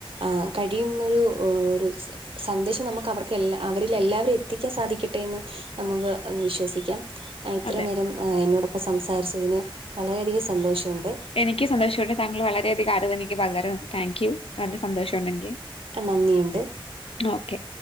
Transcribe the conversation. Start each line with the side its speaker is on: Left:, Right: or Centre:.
Right: ആഹ് കഴിയുന്നൊരു ഒരുസം സന്ദേശം നമുക്ക് അവർക്ക് എല്ല അവരിൽ എല്ലാവരിലും എത്തിക്കാൻ സാധിക്ക കിട്ടി എന്ന് നമുക്ക് വിശ്വസിക്കാം ഇത്ര
Left: അതെ
Right: നേരം എന്നോടൊപ്പം സംസാരിച്ചതിന് വളരെയധികം സന്തോഷമുണ്ട്
Left: എനിക്ക് സന്തോഷം ഒണ്ട് താങ്കൾ വളരെയധികം അറിവ് എനിക്ക് പകർന്നു തന്നു താങ്ക് യൂ നല്ല സന്തോഷം ഒണ്ട് എനിക്ക്.
Right: നന്ദിയുണ്ട്
Left: എന്നാ ഓക്കെ